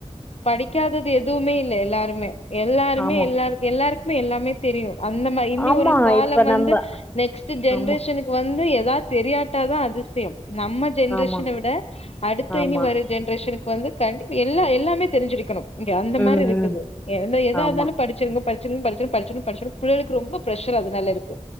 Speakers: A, on the left; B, on the left.
A: படிக்காததது எதுவுமே இல்லே எல்லாருமே எல்லாருமே
B: ஆமா
A: எல்லா எல்லாருக்குமே எல்லாமே தெரியு அந்த மாரி இன்னி
B: ஆமா
A: ஒரு காலம்
B: இப்ப
A: வந்து
B: நம்ப
A: நெக்ஸ்ட் ஜென்ரேஷனு
B: ஆமா
A: வந்து எதாவ்து தெரியாட்டாதா அதிசயோ நம்ம ஜென்ரேஷன
B: ஆமா
A: விட அடுத்த
B: ஆமா
A: இனி வர ஜெனரேஷனுக்கு வந்து கண்டி எல்லா எல்லாமே தெரிஞ்சிருக்கணோ இங்க அந்த
B: ம்
A: மாரி இருக்குது
B: ம்
A: என்ன எதாருந்தாலு
B: ஆமா
A: படி ச்சிருங்க படிச்சிரு படிச்சிரு படிச்சிரு படிச்சிரு புள்ளைகளுக்கு ரொம்போ பிரஷரா அதனால இருக்கு